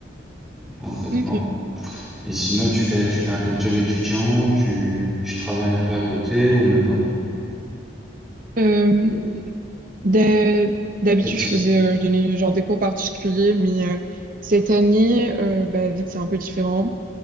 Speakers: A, in the centre; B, on the right (about 45°).
A: concrètement.
B: ok.
A: Et sinon, tu fais, tu fais un peu de job étudiant, tu, tu travailles un peu à côté ou même pas?
B: Euh, d'ha- d'habitude,
A: Les petits.
B: je faisais, euh, je donnais genre des cours particuliers, mais euh, cette année, euh, bah, vu que c'est un peu différent,